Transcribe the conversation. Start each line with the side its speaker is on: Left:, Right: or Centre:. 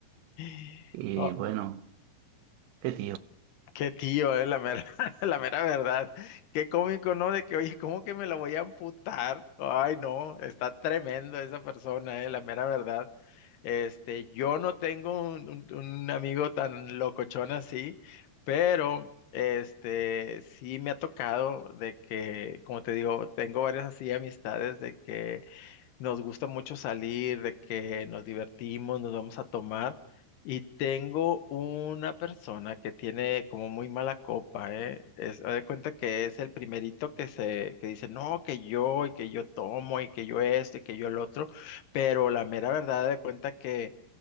Left: <gasps>
Right: Y
Left: Oh,
Right: bueno, qué tío.
Left: Qué tío, eh, la mera, <laughs> la mera verdad. Qué cómico, ¿no? De que, oye, ¿cómo que me la voy a amputar? Ay, no, está tremendo esa persona, eh, la mera verdad. Este, yo no tengo un, un- un amigo tan locochón así, pero este, sí me ha tocado de que, como te digo, tengo varias así amistades de que nos gusta mucho salir, de que nos divertimos, nos vamos a tomar. Y tengo una persona que tiene como muy mala copa, ¿eh? Es, haz de cuenta que es el primerito que se, que dice, no, que yo, y que yo tomo, y que yo esto, y que yo el otro. Pero la mera verdad, haz de cuenta que